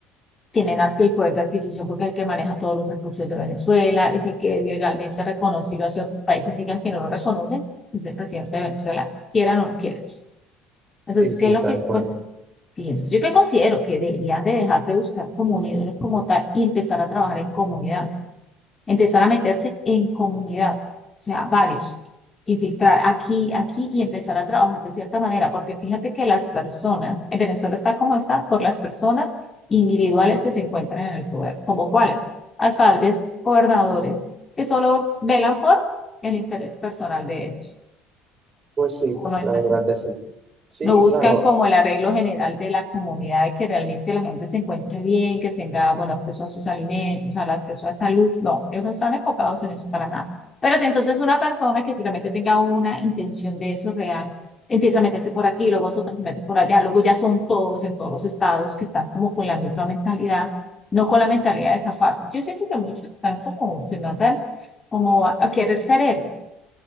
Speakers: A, on the left (about 25°); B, on the right (about 35°).
A: tienen el poder de adquisición porque es el que maneja todos los recursos de Venezuela, es el que legalmente ha reconocido hacia otros países, digan que no lo reconocen, es el presidente de Venezuela, quieran o no quieran. Entonces,
B: sí, sí,
A: ¿qué es lo
B: tal
A: que,
B: cual.
A: pues, sí, entonces yo que considero que deberían de dejar de buscar como un ídolo como tal y empezar a trabajar en comunidad empezar a meterse en comunidad, o sea, varios, infiltrar aquí, aquí y empezar a trabajar de cierta manera, porque fíjate que las personas, en Venezuela está como está, por las personas individuales que se encuentran en el poder, como cuáles, alcaldes, gobernadores, que solo velan por el interés personal de ellos,
B: Pues sí,
A: o no es
B: la verdad
A: así.
B: que sí. Sí,
A: Lo buscan
B: claro,
A: como el arreglo general de la comunidad, de que realmente la gente se encuentre bien, que tenga, bueno, acceso a sus alimentos, al acceso a salud. No, ellos no están enfocados en eso para nada. Pero si entonces una persona que si realmente tenga una intención de eso real, empieza a meterse por aquí, luego otra se mete por allá, luego ya son todos en todos los estados que están como con la misma mentalidad, no con la mentalidad de zafarse. Yo siento que muchos están como, se matan como a, a querer ser héroes